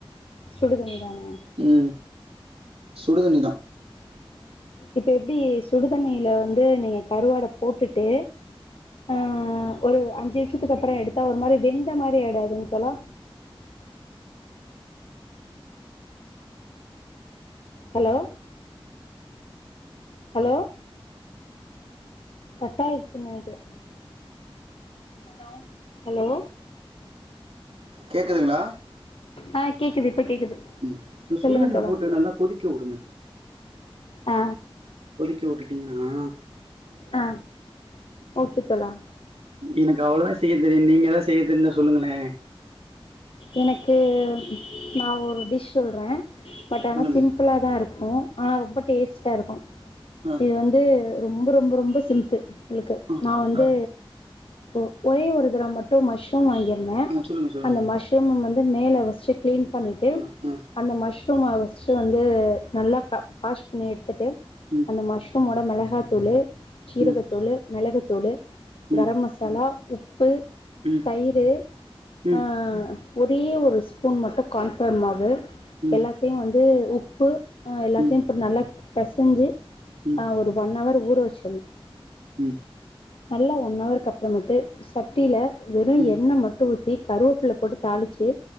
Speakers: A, on the left; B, on the right.
A: சுடு தண்ணி தானா
B: ம் சுடு தண்ணி தா
A: இப்ப எப்டி சுடு தண்ணில வந்து நீங்க கருவாட போட்டுட்டு ஆ ஒரு அஞ்சு நிமிஷத்துக்கு அப்றோ எடுத்தா ஒரு மாரி வெந்த மாதிரி ஆயிடாதுங் தோழா ஹலோ ஹலோ கட் ஆயிருச்சுனு நெனைக்கிறே ஹலோ ஹலோ
B: கேக்குதுங்ளா
A: ஆ கேட்குது இப்போ கேட்குது
B: ம் சுடு
A: சொல்லுங்கள்
B: தண்ணில
A: தோழா
B: போட்டு நல்லா கொதிக்க உடுங்க
A: ஆ
B: கொதிக்க விட்டுட்டீங்கன்னா
A: ஆ ஓகே தோழா
B: எனக்கு அவ்ளோதா செய்ய தெரில நீங்க எதா செய்ய தெரிஞ்சா சொல்லுங்களே
A: எனக்கு நா ஒரு டிஷ் சொல்றே பட் ஆனா
B: சொல்லுங்க
A: சிம்பிளா தா இருக்கு ஆ ரொம்ப டேஸ்ட்டா இருக்கு
B: ஆ
A: இது வந்து ரொம்ப ரொம்ப ரொம்ப சிம்பிள் உங்ளுக்கு
B: ஆ
A: நா வந்து
B: ஆ
A: ஒ ஒரே ஒரு தடவ மட்டு மஷ்ரூம் வாங்கிருந்தே
B: ஆ சொல்லுங்க சொல்லுங்க
A: அந்த மஷ் ரூம வந்து மேல வச்சு க்ளீன் பண்ணிட்டு
B: ஆ ஆ
A: அந்த மஷ்ரூம ஃபஸ்ட்டு வந்து நல்லா க வாஷ் பண்ணி எடுத்துட்டு
B: ம்
A: அந்த மஷ்ரூமோட மெளகாத்தூளு சீரகத்தூளு
B: ம்
A: மெளகுத்தூளு
B: ம்
A: கரம்மசாலா உப்பு
B: ம்
A: தயிரு
B: ம் ம்
A: ஆ
B: ம்
A: ஒரே ஒரு ஸ்பூன் மட்டு கான்ஃப்ளார் மாவு
B: ம்
A: எல்லாத்தையு வந்து உப்பு ஆ எல்லாத்தையு
B: ம் ம்
A: போட் நல்லா பெசஞ்சு
B: ம்
A: ஆ ஒரு ஒன் அவர் ஊற வச்சிர்னு
B: ம்
A: நல்லா ஒன் அவருக்கு அப்றமேட்டு சட்டில வெறு
B: ம்
A: எண்ண மட்டு ஊத்தி கருவேப்புல்ல போட்டு தாளிச்சு